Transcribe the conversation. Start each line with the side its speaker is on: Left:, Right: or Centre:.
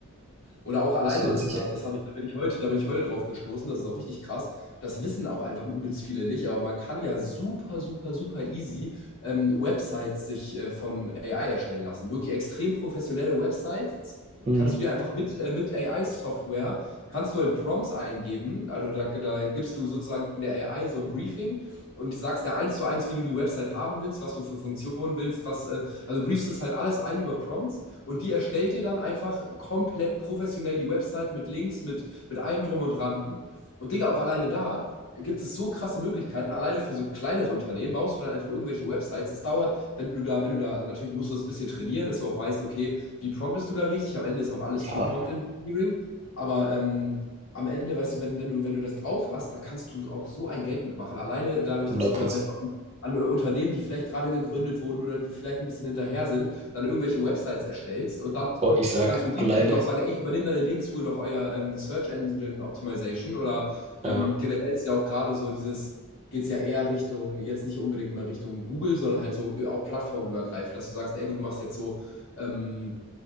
Left: Oder auch alleine,
Right: Muss man
Left: das,
Right: sich,
Left: das,
Right: äh
Left: das habe ich, da bin ich heute, da bin ich heute drauf gestoßen, das ist auch richtig krass. Das wissen auch einfach übelst viele nicht, aber man kann ja super, super, super easy ähm, Websites sich äh, von AI erstellen lassen. Wirklich extrem professionelle Websites
Right: mhm,
Left: kannst du dir einfach mit, äh, mit AI-Software, kannst du halt Prompts eingeben, also da, da gibst du sozusagen der AI so ein Briefing und sagst der eins zu eins, wie du die Website haben willst, was du für Funktionen willst, was, äh, also briefst das halt alles ein über Prompts und die erstellt dir dann einfach komplett professionell die Website mit Links, mit, mit allem drum und dran. Und Digga, auch alleine da gibt es so krasse Möglichkeiten. Alleine für so kleinere Unternehmen baust du dann einfach irgendwelche Websites. Das dauert, wenn du da, wenn du da, also natürlich musst du das ein bisschen trainieren, dass du auch weißt, okay, wie promptest du da richtig? Am Ende ist auch alles
Right: ja,
Left: viel Prompt Engineering. Aber ähm, am Ende, weißt du, wenn, wenn du, wenn du das drauf hast, da kannst du auch so ein Geld mitmachen. Alleine dadurch,
Right: 100
Left: dass du dann halt so an, an Unternehmen, die vielleicht gerade gegründet wurden oder die vielleicht ein bisschen hinterher sind, dann irgendwelche Websites erstellst und dann
Right: Oh, ich sag
Left: kannst du in dem
Right: alleine.
Left: Zuge noch sagen, ey, ich übernehme dann in dem Zuge noch euer ähm, Search Engine Optimization oder ähm,
Right: Ja,
Left: generell ist ja auch gerade so dieses, geht es ja eher Richtung, jetzt nicht unbedingt mal Richtung Google, sondern halt so äh, auch plattformübergreifend, dass du sagst, ey, du machst jetzt so ähm,